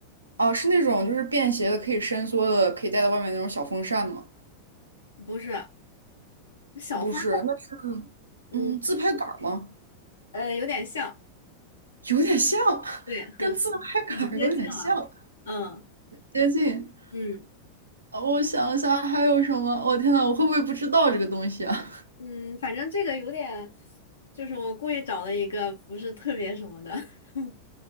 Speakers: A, on the right; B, on the left.
A: 哦，是那种就是便携的，可以伸缩的，可以带到外面那种小风扇吗？
B: 不是小峰，
A: 不是，那是
B: 嗯
A: 嗯自拍杆儿吗？
B: 呃，有点像，
A: 有点像，
B: 对，很
A: 跟自拍杆儿有点像，
B: 很接近了，嗯
A: 接近。
B: 嗯
A: 呃我想一下还有什么？我、天呐，我会不会不知道这个东西啊？
B: 嗯，反正这个有点，就是我故意找了一个不是特别什么的，<laughs>